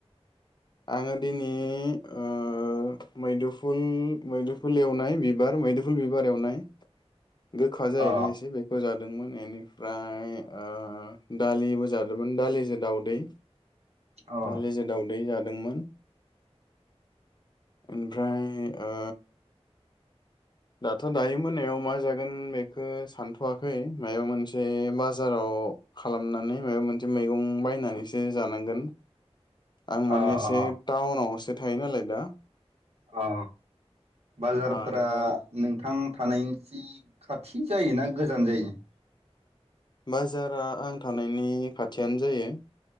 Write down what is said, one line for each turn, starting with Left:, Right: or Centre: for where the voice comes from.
Left: आङो दिनिओ मैदुफुल मैदुफुल एवनाय बिबार मैदुफुल बिबार एवनाय। गोखा जायोना
Right: अ
Left: एसे बेखौ जादों। दोंमोन एनि फ्राय
Right: अ
Left: ओ दालिबो जादोमोन दालिजो दाउदै।
Right: अ
Left: दालिजो दाउदै जादो दोंमोन ओमफ्राय ओ दाथ' दायो मोनायाव मा जागोन बेखो सानथ'वाखै मायबा मोनसे बाजाराव खालामनानै माबा मोनसे मैगं बायनानैसो जानांगोन आं माने
Right: अ
Left: एसे
Right: अ
Left: टाउनआवसो थायो नालाय दा
Right: औ बाजारफोरा
Left: ओ ओमफ्राय
Right: नोंथां थानायनि सि खाथि जायोना गोजान जायो?
Left: बाजारा आं थानायनि खाथियानो जायो